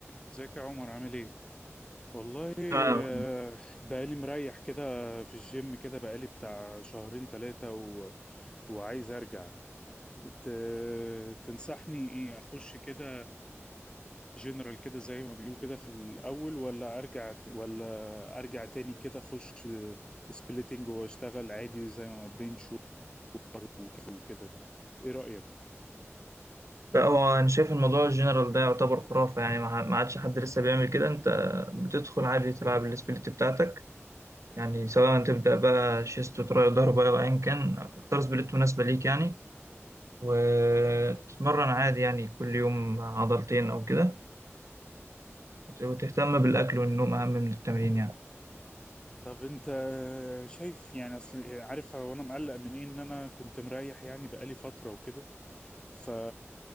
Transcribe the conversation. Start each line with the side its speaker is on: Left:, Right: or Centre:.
Left: ازيك يا عمر عامل ايه؟ والله آه،
Right: فعلا
Left: بقالي مريح كده في الجيم كده بقالي بتاع شهرين ثلاثة و... وعايز ارجع ت... تنصحني ايه اخش كده جنرال كده زي ما بيقولوا كده في الاول ولا ارجع ولا ارجع تاني كده اخش سبليتنج واشتغل عادي زي ما بنش وكيف وكده ايه رأيك؟
Right: لا هو انا شايف الموضوع الجنرال ده يعتبر خرافه يعني ما ما عادش حد لسه بيعمل كده انت بتدخل عادي تلعب السبليت بتاعتك يعني سواء تبدا بقى شيست وتراي ظهر بقى وايا كان تختار سبليت مناسبه ليك يعني وتتمرن عادي يعني كل يوم عضلتين او كده وت- وتهتم بالاكل والنوم اهم من التمرين يعني
Left: طب انت شايف يعني اصل عارف هو انا مقلق من ايه ان انا كنت مريح يعني بقالي فترة وكده ف